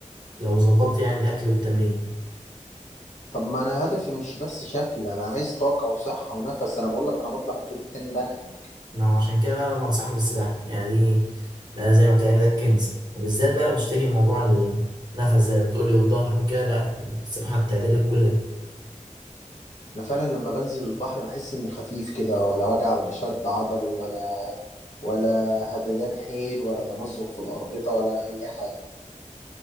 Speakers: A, on the right; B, on the left.
A: لو ظبطت يعني الاكل والتمرين
B: طب ما انا هدفي مش بس شكل انا عايز طاقة وصحة ونفس انا بقول لك انا بطلع الدور التاني بنهج
A: ما عشان كده بقى بنصحك بالسباحه يعني دي ده زي ما انت قايل ده الكنز وبالذات بقى لو بتشتكي من موضوع النفس زي ما بتقولي والظهر وكده لا السباحه بتعدل لك كل ده
B: انا فعلا لما بنزل البحر بحس اني خفيف كده ولا وجع ولا شد عضلي ولا ولا هددان حيل ولا تمزق في الأربطة ولا اي حاجة